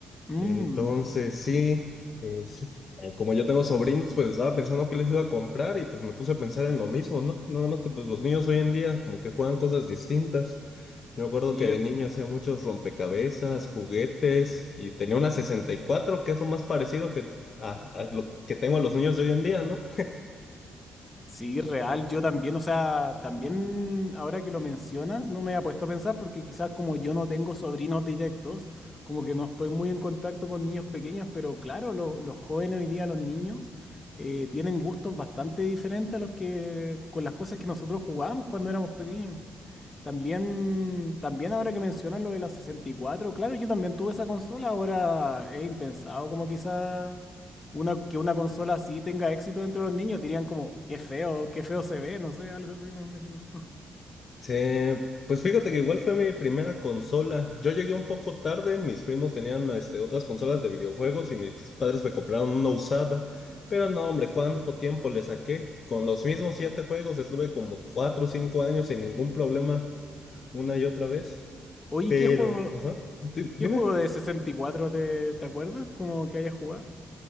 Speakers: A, on the left (about 35°); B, on the left (about 55°).
A: Mm,
B: Entonces, sí, es- eh, como yo tengo sobrinos, pues estaba pensando qué les iba a comprar y pues me puse a pensar en lo mismo, ¿no? Nada más que pues los niños hoy en día como que juegan cosas distintas. Yo me acuerdo
A: sí,
B: que de
A: es
B: niño hacía muchos rompecabezas, juguetes y tenía una sesenta y cuatro que es lo más parecido que, a, a lo que tengo a los niños de hoy en día, ¿no?
A: Sí, real. Yo también, o sea, también ahora que lo mencionas, no me había puesto a pensar porque quizás como yo no tengo sobrinos directos, como que no estoy muy en contacto con niños pequeños, pero claro, lo- los jóvenes hoy día, los niños, eh, tienen gustos bastante diferentes a los que con las cosas que nosotros jugábamos cuando éramos pequeños. También, también ahora que mencionas lo de la sesenta y cuatro claro, yo también tuve esa consola, ahora es impensado como quizá una, que una consola así tenga éxito dentro de los niños, dirían como, qué feo, qué feo se ve, no sé, algo así me imagino. <laughs>
B: Sí, pues fíjate que igual fue mi primera consola. Yo llegué un poco tarde, mis primos tenían este, otras consolas de videojuegos y mis padres me compraron una usada. Pero no, hombre, ¿cuánto tiempo le saqué? Con los mismos siete juegos estuve como cuatro o cinco años sin ningún problema una y otra vez.
A: Oye,
B: Pero,
A: ¿qué juego,
B: ajá, Di- dime.
A: qué juego de 64 te, te acuerdas? Como que hayas jugado.